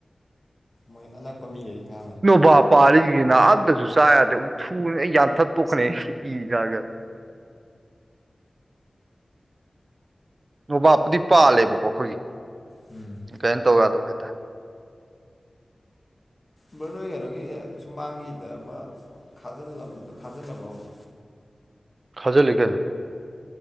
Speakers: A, on the left (about 45°); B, on the right (about 50°).
A: ꯃꯣꯏ ꯑꯅꯛꯄ ꯃꯤꯒꯗꯤ ꯊꯥ
B: ꯅꯣꯕꯥ ꯄꯥꯜꯂꯤꯁꯤꯡꯖꯦ ꯅꯥ ꯑꯃꯇꯁꯨ ꯆꯥ ꯌꯥꯗꯦ ꯊꯨ ꯂꯣꯏ ꯌꯥꯟꯊꯠ ꯇꯣꯛꯀꯅꯤꯍꯦ ꯏꯖꯒ ꯅꯣꯕꯥꯄꯨꯗꯤ ꯄꯥꯜꯂꯦꯕꯀꯣ ꯑꯩꯈꯣꯏꯒꯤ
A: ꯎꯝ
B: ꯀꯩꯅꯣ ꯇꯧ ꯌꯥꯗꯕ ꯍꯥꯏꯇꯥꯔꯦ
A: ꯕ ꯅꯣꯏ ꯀꯩꯅꯣꯒꯤ ꯁꯨꯃꯥꯡꯒꯤꯗ ꯑꯃ ꯈꯥꯖꯤꯜꯂꯝꯕꯗ ꯈꯥꯖꯤꯜꯂꯕ ꯑꯃ
B: ꯈꯥꯖꯤꯜꯂꯤ ꯀꯩꯅꯣ